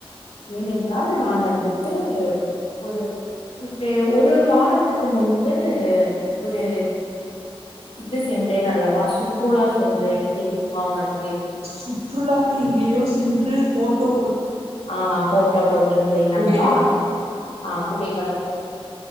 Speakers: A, on the left (about 75°); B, on the right (about 85°).
A: ஏனென்றால் நான் வந்துட்டு ஒரு ஒரு ஒரு வாரத்திற்கு முன்பு ஒரு இது சென்றேன் அல்லவா சுற்றுலா சென்றேன் தெரியுமா உனக்
B: சுற்றுலா எங்கேயோ சென்று ஃபோட்டோ
A: ஆஹ் ஃபோட்டோ போட்டிருந்தேன்
B: புகைப்ப
A: அல்லவா ஆஹ் புகைப்படம்